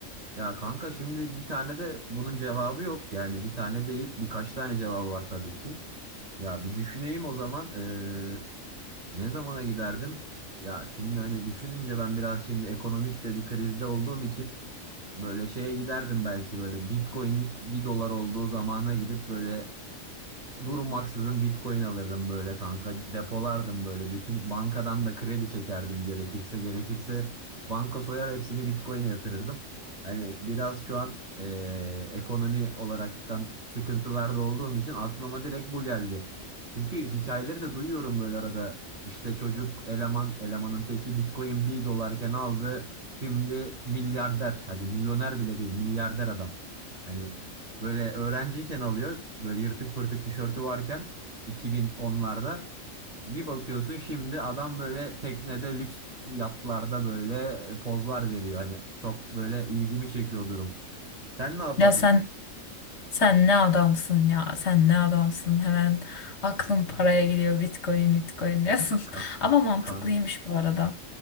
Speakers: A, on the right; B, on the left.
A: Ya kanka şimdi bir tane de bunun cevabı yok. Yani bir tane değil, birkaç tane cevabı var tabii ki. Ya bir düşüneyim o zaman. Ee, ne zamana giderdim? Ya şimdi hani düşününce ben biraz şimdi ekonomik de bir krizde olduğum için böyle şeye giderdim belki böyle Bitcoin'in bir dolar olduğu zamana gidip böyle Durmaksızın Bitcoin alırdım böyle kanka. Depolardım böyle. Bütün bankadan da kredi çekerdim gerekirse. Gerekirse banka soyar hepsini Bitcoin'e yatırırdım. Hani biraz şu an eee, ekonomi olaraktan sıkıntılarda olduğum için aklıma direkt bu geldi. Çünkü hikayeleri de duyuyorum böyle arada. İşte çocuk eleman, elemanın teki Bitcoin bir dolarken aldı. Şimdi milyarder. Hadi milyoner bile değil, milyarder adam. Hani Böyle öğrenciyken alıyor. Böyle yırtık pırtık tişörtü varken 2010'larda bir bakıyorsun şimdi adam böyle teknede lüks yatlarda böyle e, pozlar veriyor. Hani çok böyle ilgimi çekiyor durum. Sen ne yapardın?
B: Ya sen sen ne adamsın ya? Sen ne adamsın? Hemen aklım paraya gidiyor. Bitcoin, Bitcoin diyorsun.
A: Ka-
B: <laughs> Ama mantıklıymış
A: kan
B: bu arada.